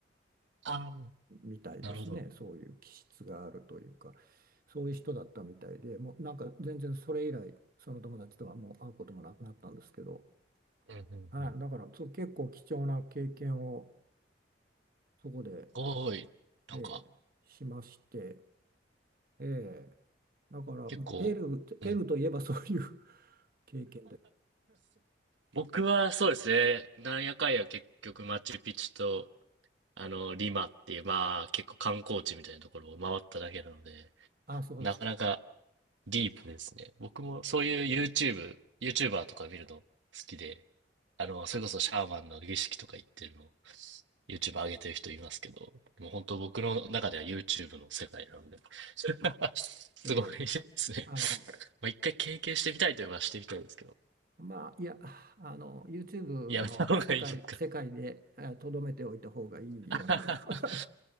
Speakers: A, on the right; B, on the right.
A: ああ、
B: みたいですね。
A: なるほど。
B: そういう気質があるというか、そういう人だったみたいで、もうなんか全然それ以来、その友達とはもう会うこともなくなったんですけど、
A: うんうんうん。
B: はい、だからそう結構貴重な経験をそこで、
A: ごい。なんか、
B: ええしまして、ええだからもうペルー、
A: 結構、
B: ペルーといえばそういう
A: うん。
B: <laughs> 経験で、
A: 僕はそうですね、なんやかんや結局マチュピチュと、あの、リマっていう、まあ結構観光地みたいなところを回っただけなので、
B: あ、そうですか。
A: なかなかディープですね。僕もそういう YouTube、YouTuber とか見るの好きで、あの、それこそシャーマンの儀式とか行ってるの YouTube 上げてる人いますけど、もう本当僕の中では YouTube の世界なので、<laughs> すごいですね。
B: ええあの、
A: まあ一回経験してみたいといえばしてみたいですけど、
B: まあ、いや、あの、YouTube
A: やめた方がいいですか
B: の世界、世界で、えーとどめておいた方がいいように
A: <laughs>
B: <laughs>